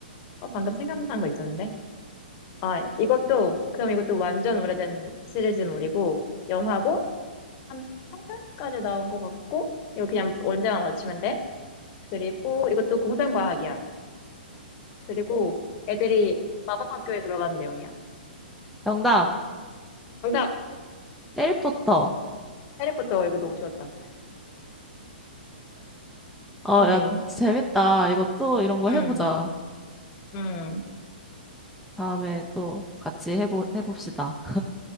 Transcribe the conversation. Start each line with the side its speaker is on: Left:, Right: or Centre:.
Left: 어, 방금 생각난 거 있었는데. 아, 이것도, 그럼 이것도 완전 오래된 시리즈물이고, 영화고, 한 3편까지 나온 것 같고, 이거 그냥 언제나 맞추면 돼. 그리고 이것도 공상과학이야. 그리고 애들이 마법학교에 들어가는 내용이야.
Centre: 정답
Left: 정답!
Centre: 해리포터.
Left: 해리포터, 이거 너무 쉬웠다.
Centre: 어,
Left: 음,
Centre: 야, 재밌다. 이거 또 이런 거 해보자.
Left: 음, 음.
Centre: 다음에 또 같이 해보, 해봅시다.